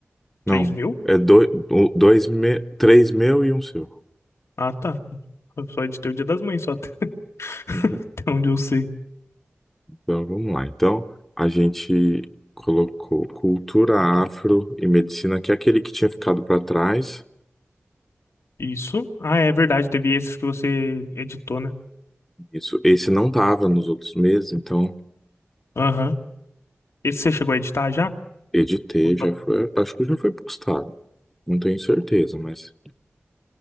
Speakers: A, on the left; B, in the centre.
A: três
B: Não,
A: mil?
B: é dois, o- dois me, três meu e um seu.
A: Ah, tá. Eu Só editei o Dia das Mães, só até <laughs>
B: <laughs>
A: até onde eu sei.
B: Então vamos lá. Então a gente colocou cultura afro e medicina, que é aquele que tinha ficado para trás.
A: Isso? Ah, é verdade, teve esses que você editou, né?
B: Isso, esse não tava nos outros meses, então
A: Aham. Esse você chegou a editar já?
B: editei,
A: Ou só-
B: já foi, acho que já foi postado. Não tenho certeza, mas